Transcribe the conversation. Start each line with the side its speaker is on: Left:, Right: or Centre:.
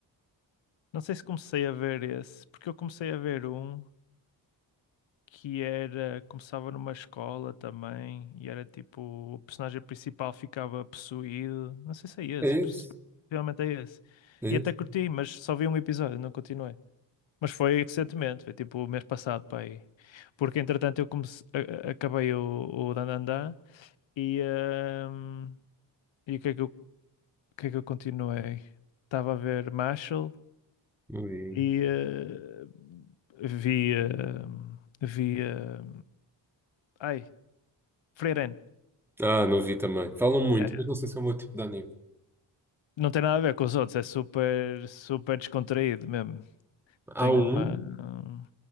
Left: não sei se comecei a ver esse, porque eu comecei a ver um que era começava numa escola também e era tipo o personagem principal ficava possuído. Não sei se é
Centre: É
Left: esse, possi-
Centre: isso,
Left: possivelmente é esse.
Centre: é
Left: E até
Centre: isso.
Left: curti, mas só vi um episódio, não continuei. Mas foi recentemente, foi tipo o mês passado para aí. Porque entretanto eu comece- a- a- acabei o, o Dandadan e, ahm, e o que é que eu, o que é que eu continuei? Estava a ver Marshall
Centre: Não vi.
Left: E eh, vi. eh, vi. eh, ai, Freiren.
Centre: Ah, não vi também. Falam muito,
Left: Yeah, yeah.
Centre: mas não sei se é o meu tipo de anime.
Left: Não tem nada a ver com os outros, é super, super descontraído mesmo.
Centre: Há
Left: Tem
Centre: um,
Left: uma.